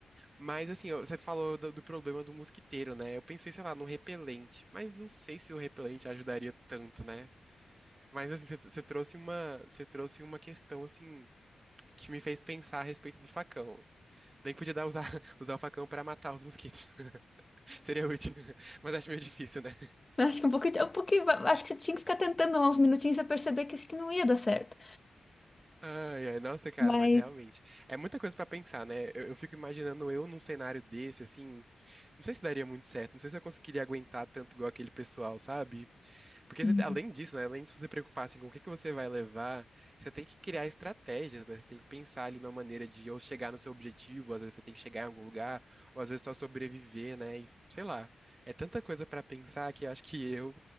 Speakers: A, on the right; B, on the left.
A: Mas assim, ó, você falou do, do problema do mosquiteiro, né? Eu pensei, sei lá, num repelente, mas não sei se o repelente ajudaria tanto, né? Mas assim, você você trouxe uma, você trouxe uma questão assim que me fez pensar a respeito do facão. Bem que podia dar usar, <laughs> usar o facão pra matar os mosquitos. <laughs> Seria útil, <laughs> mas acho meio difícil, né?
B: Eu Acho que um pouquinho, um pouquinho, acho que você tinha que ficar tentando lá uns minutinhos pra perceber que acho que não ia dar certo.
A: Ai, ai, nossa, cara,
B: Mas
A: mas realmente é muita coisa pra pensar, né? Eu, eu fico imaginando eu num cenário desse, assim, não sei se daria muito certo, não sei se eu conseguiria aguentar tanto igual aquele pessoal, sabe? Porque
B: Hum.
A: você, além disso, né, além de você preocupar assim, com o que que você vai levar, você tem que criar estratégias, né? Você tem que pensar ali numa maneira de ou chegar no seu objetivo, às vezes você tem que chegar em algum lugar, ou às vezes só sobreviver, né? e sei lá. É tanta coisa pra pensar que eu acho que eu,